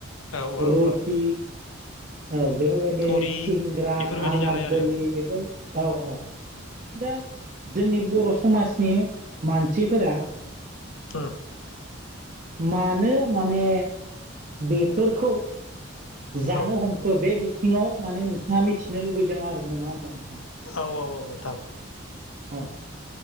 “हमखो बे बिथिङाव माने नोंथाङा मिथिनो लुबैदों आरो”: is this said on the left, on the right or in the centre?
Right